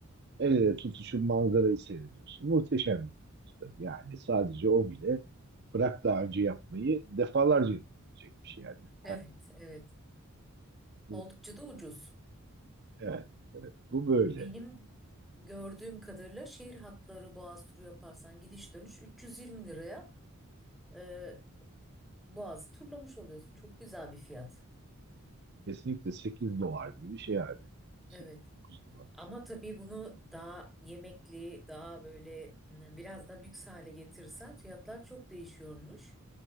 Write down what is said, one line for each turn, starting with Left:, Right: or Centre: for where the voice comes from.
Right: El ele tutuşun manzarayı seyrediyorsun. Muhteşem bir görüntü Yani sadece o bile bırak daha önce yapmayı defalarca yapılabilecek bir şey yani. Her,
Centre: Evet, evet.
Right: şey-
Centre: Oldukça da ucuz.
Right: evet, evet. Bu böyle.
Centre: Benim gördüğüm kadarıyla şehir hatları Boğaz turu yaparsan gidiş dönüş 320 liraya Ee, Boğaz'ı turlamış oluyorsun. Çok güzel bir fiyat.
Right: Kesinlikle 8 dolar gibi bir şey yani. 8-9
Centre: Evet.
Right: dolar.
Centre: Ama tabii bunu daha yemekli, daha böyle m, biraz da lüks hale getirirsen fiyatlar çok değişiyormuş.